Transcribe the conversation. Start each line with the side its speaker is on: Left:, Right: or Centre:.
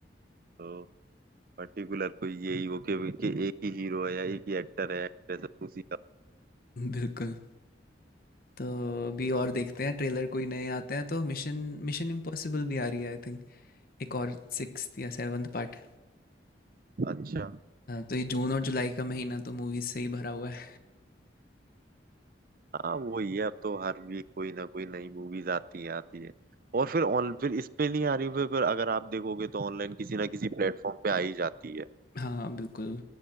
Right: तो पर्टिकुलर कोई यही हो कि, कि एक ही हीरो है या एक ही एक्टर है एक्ट्रेस है उसी का
Left: बिल्कुल तो अभी और देखते हैं ट्रेलर कोई नए आते हैं तो मिशन मिशन इम्पॉसिबल भी आ रही है आई थिंक एक और सिक्स या सेवन्थ पार्ट
Right: अच्छा
Left: तो ये जून और जुलाई का महीना तो मूवीज से ही भरा हुआ है
Right: हाँ वो ही है अब तो हर वीक कोई ना कोई नई मूवीज आती है आती है और फिर ऑन फिर इस पे नहीं आ रही फिर, फिर अगर आप देखोगे तो ऑनलाइन किसी ना किसी प्लेटफॉर्म पे आ ही जाती है
Left: हाँ बिल्कुल